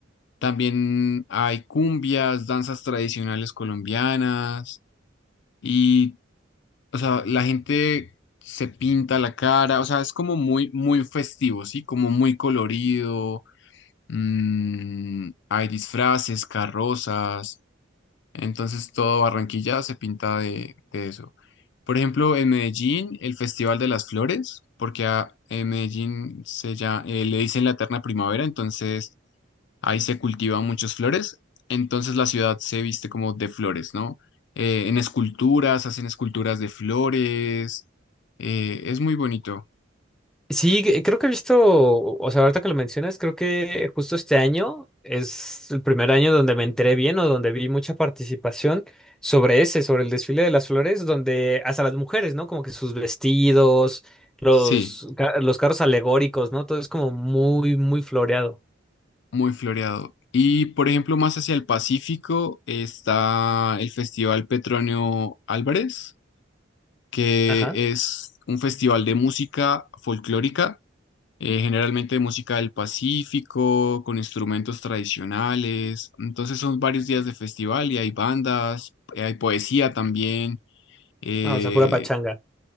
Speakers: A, on the left; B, in the centre.
A: También hay cumbias, danzas tradicionales colombianas. Y o sea, la gente se pinta la cara, o sea, es como muy, muy festivo, ¿sí? Como muy colorido, mm, hay disfraces, carrozas, entonces todo Barranquilla se pinta de, de eso. Por ejemplo, en Medellín, el Festival de las Flores, porque a, en Medellín se ya, eh, le dicen la eterna primavera, entonces Ahí se cultivan muchas flores, entonces la ciudad se viste como de flores, ¿no? Eh, en esculturas, hacen esculturas de flores, eh, es muy bonito,
B: Sí, que- creo que he visto, o sea, ahorita que lo mencionas, creo que justo este año es el primer año donde me enteré bien o donde vi mucha participación sobre ese, sobre el desfile de las flores, donde hasta las mujeres, ¿no? Como que sus vestidos, los,
A: sí,
B: ca- los carros alegóricos, ¿no? Todo es como muy, muy floreado.
A: muy floreado. Y por ejemplo, más hacia el Pacífico está el Festival Petronio Álvarez, que
B: Ajá.
A: es un festival de música folclórica eh, generalmente música del Pacífico, con instrumentos tradicionales. Entonces son varios días de festival y hay bandas, eh, hay poesía también, eh,
B: Ah, o sea, pura pachanga.